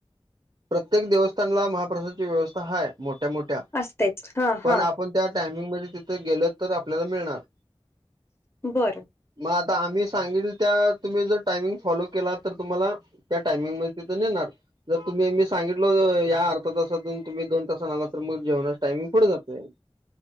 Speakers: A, on the right; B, on the left.
A: प्रत्येक देवस्थानला महाप्रसादची व्यवस्था हाय मोठ्या मोठ्या
B: असतेच हां
A: पण
B: हां
A: आपण त्या टायमिंग मध्ये तिथ गेल तर आपल्याला मिळणार.
B: बरं!
A: मग आता आम्ही सांगल त्या तुम्ही जर टायमिंग फॉलो केला तर तुम्हाला त्या टायमिंग मध्ये तिथं नेणार. जर तुम्ही मी सांगितलो या अर्धा तासातून तुम्ही दोन तासांन आला तर मग जेवणाच टायमिंग पुढे जातंय.